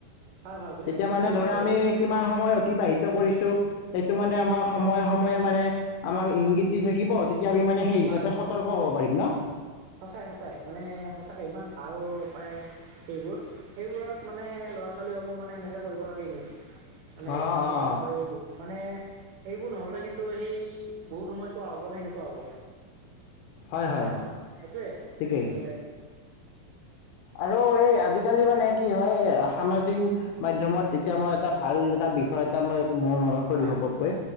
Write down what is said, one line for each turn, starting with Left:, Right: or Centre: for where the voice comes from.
Right: ভাল ভাল বিৰাট
Left: তেতিয়া মানে ধৰা
Right: বিৰাট
Left: আমি
Right: ভাল
Left: কিমান সময় অতিবাহিত কৰিছোঁ সেইটো মানে আমাৰ সময়ে সময়ে- মানে আমাক ইংগিত দি থাকিব তেতিয়া আমি মানে সেই হিচাপে
Right: হয় হয়
Left: সতৰ্ক হ'ব পাৰিম ন।
Right: সঁচাই সঁচাই মানে সঁচাকে ইমান ভাল উপায় সেইবোৰ। সেইবোৰত মানে ল'ৰা ছোৱালীসমূহ মানে এনেকে কৰিব লাগে কিন্তু। মানে
Left: অঁ
Right: এঘণ্টাও
Left: অঁ
Right: চাব পাৰি দিব মানে সেইবোৰ নহ'লে কিন্তু সেই বহুত সময় চোৱা হ'ব সেনেকুৱা হ'ব।
Left: হয় হয়
Right: অ সেইটোৱে
Left: ঠিকেই
Right: আজিকালি।
Left: আৰু
Right: পাৰে
Left: এই আজিকালি মানে কি হয় সামাজিক মাধ্যমত তেতিয়া মই এটা ভাল এটা বিষয় এটা মই মোৰ মনত পৰি
Right: হয়
Left: হৱকৈ